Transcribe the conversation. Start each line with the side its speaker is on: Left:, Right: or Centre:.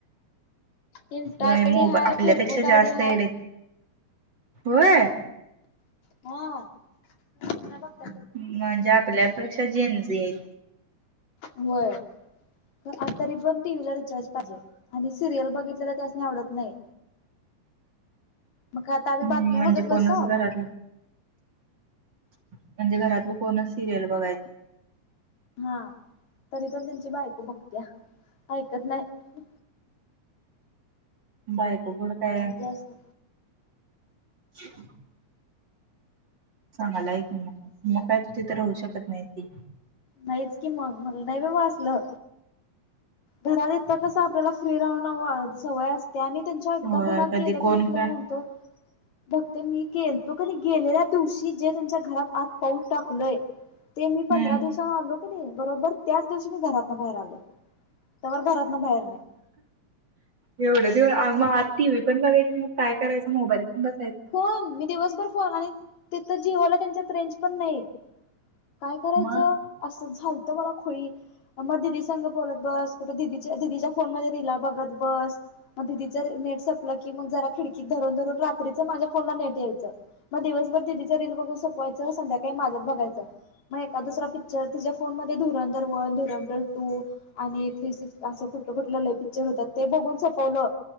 Left: इन्स्टा
Right: मो
Left: आय डी हाय
Right: आपल्यापेक्षा
Left: फेसबुक आय
Right: जास्त
Left: डी हाय
Right: येडे होय
Left: हबा <inaudible>
Right: म्हणजे आपल्यापेक्षा जेन्स य
Left: होय प आ तरी पण टी वहीला रिचार् पाहिजे आणि सिरियल बघितलेला त्याच नाही आवडत नाही मग आता आमी
Right: हम्म,
Left: बातम्या
Right: म्हणजे
Left: बघत
Right: कोणच
Left: बसा.
Right: घरातलं म्हणजे घरातलं कोण सिरियल बघायचं नाही.
Left: हा तरी पण त्यांची बायको बघत्या ऐक कत नाही.
Right: बायको कड
Left: असं
Right: काय?
Left: म्हणजे असं
Right: <inaudible> चगाला आहेी मग
Left: असं
Right: मग काय तू तिथं राहू शकत नाही की
Left: नाहीच कि मग मला नाही बाबा असल. घराले त्या कस आपल्याला फ्री राहून सवय असते आणि त्यांच्या एकदा
Right: हो
Left: घरात
Right: कधी
Left: गेलं
Right: कोण
Left: क तुला
Right: का
Left: सांगतो. बघते मी गेलतो कि नाई कधी गेलेल्या दिवशी जे त्यांच्या घरात आत पाऊल टाकलंय. ते
Right: हम्म
Left: मी पंधरा दिवसांना आलो की नाही बरोबर त्याच दिवशी मी घरातन बाहेर आलले. त्यावर घरात ना बाहेर नाही.
Right: एवढं दिव मग टी वही पण बघायं मग पय करायचं मोबाईल पण बस.
Left: फोन मी दिवसभर फोन आणि तिथ जिओला त्यांच्यात रेंज पण नाही. काय करायचं
Right: मग
Left: असं झाल. मला खोई मग दिदी संघ बोलत बस कुठंदीच्या दिदीच्या फोन मध्ये रीला बघत बस. मग दिदीच नेट सपलं की मग जरा खिडकीत धरून धरून रात्रीचं माझ्या फोनला नेट यायचं मग दिवसभर दिदीच रील बघून सोपवायचं संध्याकाळी माझ्याात बघायचं. मग एका दुसरा पिक्चर तिच्या फोन मध्ये धुरंधर वन धुरंंदर टू आणि थ्री सिक्स अस. कुठलं कुठलं लय पिक्चर होतात ते बघून संपवलं.